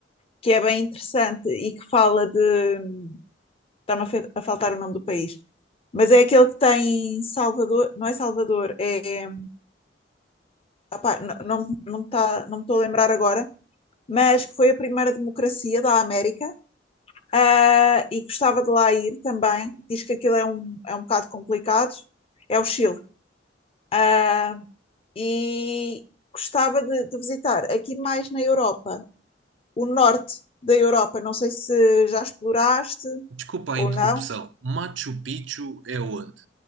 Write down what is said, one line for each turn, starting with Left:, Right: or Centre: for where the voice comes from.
Left: que é bem interessante e que fala de. Está-me a, fe- a faltar o nome do país. Mas é aquele que tem Salvador, não é Salvador, é. opá, n- não, não, me tá, não me estou a lembrar agora mas que foi a primeira democracia da América ah, e gostava de lá ir também. Diz que aquilo é um, é um bocado complicado. É o Chile. Ah, e gostava de, de visitar aqui mais na Europa, o norte da Europa. Não sei se já exploraste
Right: Desculpa
Left: ou
Right: a interrupção.
Left: não.
Right: Machu Picchu é onde?